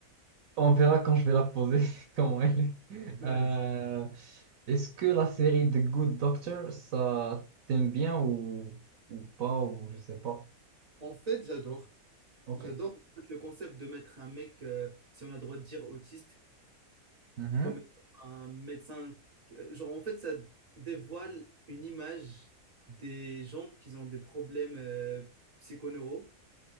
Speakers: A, on the right (about 75°); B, on the right (about 50°).
A: On verra quand je vais la poser, <laughs> comment elle est.
B: Vas-y.
A: Euh, est-ce que la série The Good Doctor, ça t'aime bien ou, ou pas, ou je sais pas.
B: en fait, j'adore.
A: Ok.
B: J'adore en fait, le concept de mettre un mec, euh, si on a le droit de dire autiste,
A: Mhm.
B: comme un médecin. euh, Genre, en fait, ça dévoile une image des gens qui ont des problèmes euh, psychoneuraux,